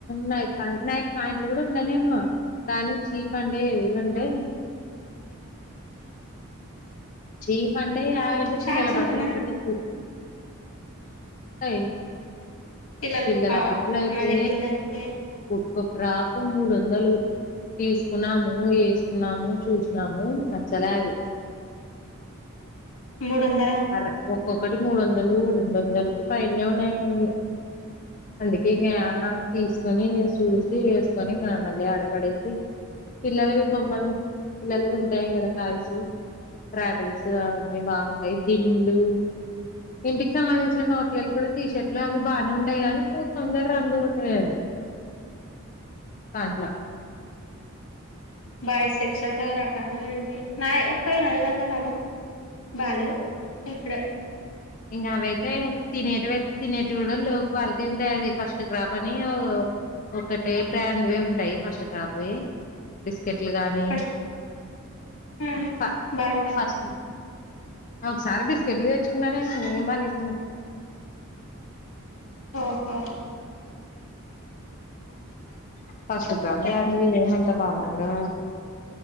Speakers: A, on the left (about 40°); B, on the left (about 75°).
A: నైట్ నైట్ ప్యాంట్లు కూడా ఉండనే ఏమో కానీ చీప అండే ఏవ వండే చీప్ అంటే యావంటే
B: షార్ట్స్
A: పిల్లల బట్టలు
B: ఉన్నానా
A: ఒక్కటే చీప్ యి
B: పిల్లలు
A: పిల్లల
B: ఆ
A: బట్టల అయితే
B: అది పిల్లలకి
A: ఒక్కప్పు రాకు మూడు వందలు తీసుకున్నాము వేసుకున్నాము చూసినము నచ్చలేవి
B: మూడు వందల
A: అరఓకే ఒక్కొక్కటి మూడు వందలు రెండు వందలకు పనే ఉన్నాయి అందుకే ఇంకా తీసుకొని చూసి వేసుకొని ఇంకా మళ్ళీ ఆడబడేసి పిల్లలవి బొమ్మలు పిల్లలువి ఉంటాయి కదా కాయసు ట్రాటిల్స్ అవన్నీ బాగుంటాయి దింలు ఇంటికి సంబంధించిన మాపిల్లలు కూడా టీషర్ట్లు అవి బాగానే ఉయి ఉంటాయి కానీ పో తొందర రంగు అతాయి అది థ్యాక్లా
B: బైస్ సెక్క్షన్ దగ్గర నండి నా ఎపోయినాయి కద రామ్ము బాలు ఎప్పుడ
A: ఇంకా అవైతే తినేటీవయితే తినేవి కూడా లోక్వళ తింటాయి అది ఫస్ట్ క్రాప అనిఓ ఒకటే బ్రాండ్వి ఉంటాయి ఫస్ట్ క్రాప్వి బిస్ పకెట్లు గానీ
B: ఫస్ట్ ఉమ్
A: ఫ
B: బాగుంటాయి
A: ఫస్ట్ ఒకసారి బిస్కెట్లు తెచ్చుకున్నా నేను ఏం బాగాలేకుండా
B: ఓహో
A: ఫస్ట్ బ్రాండ్వి ఏమంతా బాగుందా